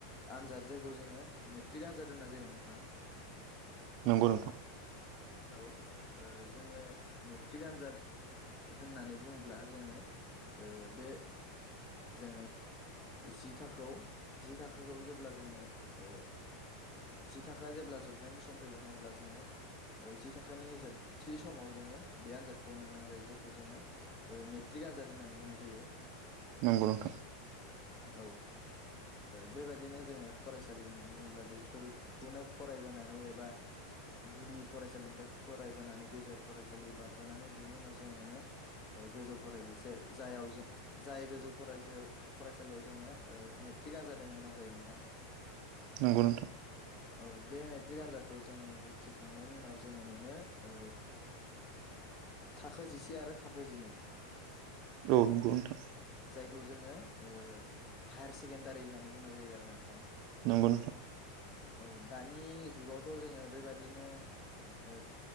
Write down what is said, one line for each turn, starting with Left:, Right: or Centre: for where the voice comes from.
Left: आनजाद जायखौ जोङो मेट्रिक आनजाद होननाय जायो नोंथां।
Right: नंगौ नोंथां।
Left: औ ओ जोङो मेट्रिक आनजाद होननानै बुङोब्ला जोङो ओ बे जोङो जि थाखोआव जि थाखोखौ जेब्ला जोङो ओ जि थाखोया जेब्ला जोबनायनि सम फैगोन अब्ला जोङो जि थाखानि जोब थि समाव जोङो बे आनजादखौ होनो गोनां जायो जायखौ जोङो ओ मेट्रिक आनजाद होननानै बुंनाय जायो।
Right: नंगौ नोंथां।
Left: औ। ओ बेबायदिनो जोङो फरायसालि होननानै बुङोब्ला बेफोरखौनो फरायबोनानै एबा गुदि फरायसालिनिफ्राय फरायबोनानै गेजेर फरायसालि बारबोनानै बेनि उनाव जोङो मोनो गोजौ फराय जायाव जो जाय गोजौ फराय फरायसालियाव जोङो ओ मे ट्रिक आनजाद होननानै गोनां जायो नोंथां
Right: नंगौ नोंथां।
Left: औ बे मेट्रिक आनजादखौ जोङो उथ्रिखांनायनि उनाव जोङो मोनो ओ थाखो जिसे आरो थाखो जिनै
Right: औ नंगौ नोंथां।
Left: बे खौ जोङो ओ हायार सेकेण्डारि होननानै बुंनाय जायो आरोना नोंथां।
Right: नंगौ नोंथां।
Left: औ दानि जुगावथ' जोङो बेबादिनो ओ